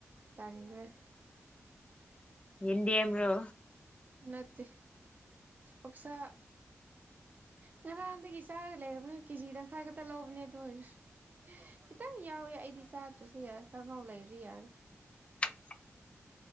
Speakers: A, on the right; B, on the left.
A: ꯇꯥꯅꯤꯡꯉꯦ ꯑ
B: <unintelligible> ꯏꯟꯗꯤꯌꯥ꯭ꯔꯣ
A: ꯅꯠꯇꯦ ꯑꯣꯁꯥ ꯉꯔꯥꯡꯗꯒꯤ ꯆꯥꯔꯒ ꯂꯩꯔꯕꯅꯦ ꯀꯦꯖꯤ ꯇꯪꯈꯥꯏꯥ ꯈꯛꯇ ꯂꯧꯕꯅꯦ ꯑꯗꯨ ꯑꯣꯏꯔꯁꯨ ꯈꯤꯇꯪ ꯌꯥꯎꯋꯦ ꯑꯩꯗꯤ ꯆꯥꯗ꯭ꯔꯁꯨ ꯌꯥꯏ ꯀꯥꯡꯉꯧ ꯂꯩꯔꯤ ꯌꯥꯔ
B: <unintelligible>